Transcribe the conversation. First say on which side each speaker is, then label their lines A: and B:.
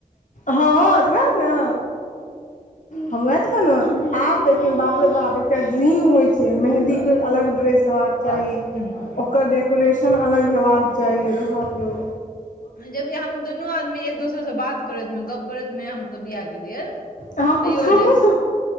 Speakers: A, on the left (about 60°); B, on the left (about 75°).
A: हँ तऽ वैह नऽ हम वैह तऽ कहलौ आब देखियौ बाप रे बाप एकटा ड्रीम होइ छै मेंहदी केँ लेल अलग ड्रेस हेयबाक चाही
B: हूं
A: ओकर डेकोरेशन अलग हेबाक चाही रो बाप रो
B: जबकि हम दुनू आदमी एक दोसर सँ बात करैत मे गप करैत मे हमसब बियाह केलियै
A: हमहु
B: तैयो
A: - हमहु
B: जे
A: सब